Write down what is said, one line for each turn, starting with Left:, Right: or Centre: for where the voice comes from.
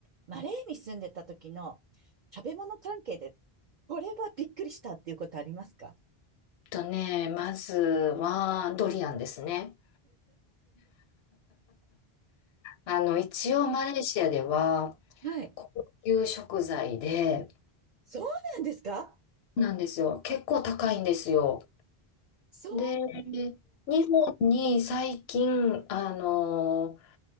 Right: マレーに住んでた時の食べ物関係で、これはびっくりしたっていうことありますか
Left: とね、まずはドリアンですね。あの、一応マレーシアでは
Right: はい。
Left: 高級食材で、
Right: そうなんですか
Left: なんですよ。結構高いんですよ。
Right: そう
Left: で、日本に最近、あの、